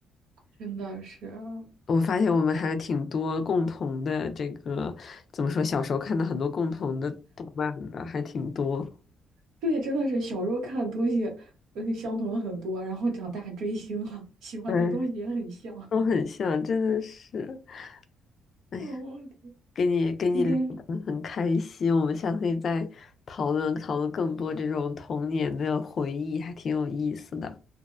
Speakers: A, on the right; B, on the left.
A: 真的是啊，
B: 我发现我们还挺多共同的这个，怎么说，小时候看的很多共同的动漫的，还挺多。
A: 对，真的是小时候看的东西，嗯，相同的很多，然后长大追星了，喜欢的东西也很像。
B: 嗯，都很像，真的是，哎呀，
A: 嗯，
B: 跟你跟你聊得很开心，
A: 今天
B: 我们下次可以再讨论讨论更多这种童年的回忆，还挺有意思的。